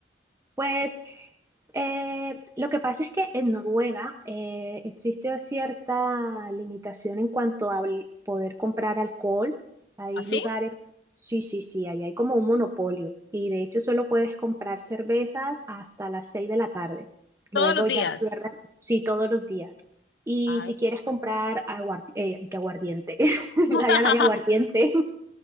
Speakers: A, on the right; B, on the left.
A: Pues eh, lo que pasa es que en Noruega eh, existe cierta limitación en cuanto a bl- poder comprar alcohol. Hay
B: ¿Así?
A: lugares, sí, sí, sí, ahí hay como un monopolio y de hecho solo puedes comprar cervezas hasta las 6 de la tarde. Luego
B: Todos los
A: ya
B: días.
A: cierran, sí, todos los días. Y
B: Ay,
A: si quieres comprar aguardi- eh, que aguardiente, <laughs>
B: <laughs>
A: allá no hay aguardiente.